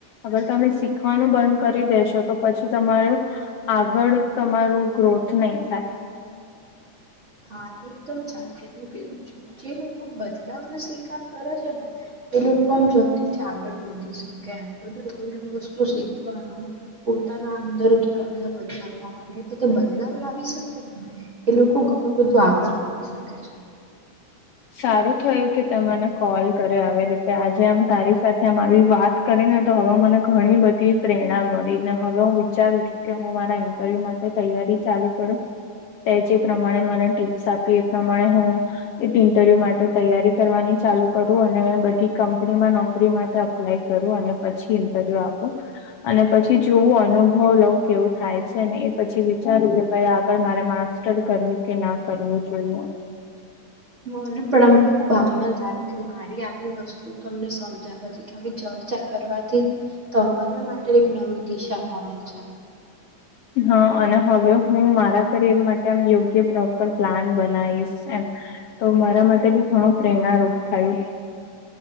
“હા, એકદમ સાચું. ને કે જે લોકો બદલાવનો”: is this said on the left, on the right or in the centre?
Right